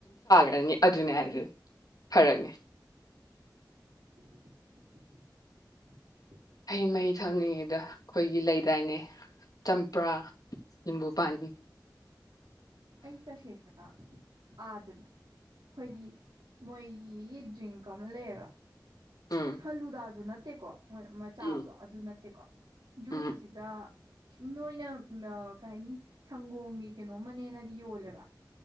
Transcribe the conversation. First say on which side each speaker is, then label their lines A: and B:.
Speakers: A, on the left; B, on the right.
A: ꯑꯅꯤ ꯑꯗꯨꯅꯦ ꯍꯥꯏꯖ ꯐꯔꯛꯅꯦ
B: <inaudible>
A: ꯑꯩ ꯃꯩ ꯊꯝꯂꯤꯉꯩꯗ ꯑꯩꯈꯣꯏꯒꯤ ꯂꯩꯗꯥꯏꯅꯦ ꯆꯝꯄ꯭ꯔꯥ ꯅꯤꯕꯨ ꯄꯥꯕꯤ
B: ꯑꯩ ꯇꯁꯦꯡꯅ ꯑ ꯑꯗꯨꯅ ꯑꯩꯈꯣꯏꯒꯤ ꯃꯣꯏꯒꯤ ꯗ꯭ꯔꯤꯡꯀ ꯑꯃ ꯂꯩꯌꯦꯕ
A: ꯎꯝ
B: ꯐꯂꯨꯗꯥꯁꯨ ꯅꯠꯇꯦꯀꯣ ꯍꯣꯏ ꯃ ꯆꯥꯕꯗꯣ
A: ꯎꯝ
B: ꯑꯗꯨ ꯅꯠꯇꯦꯀꯣ ꯖꯨꯁꯤꯗ
A: ꯎꯝ
B: ꯅꯣꯏꯅ ꯀꯩ ꯍꯥꯏꯅꯤ ꯁꯪꯒꯣꯝꯒꯤ ꯀꯩꯅꯣꯝꯃꯅꯦꯅ ꯌꯣꯂꯦꯕ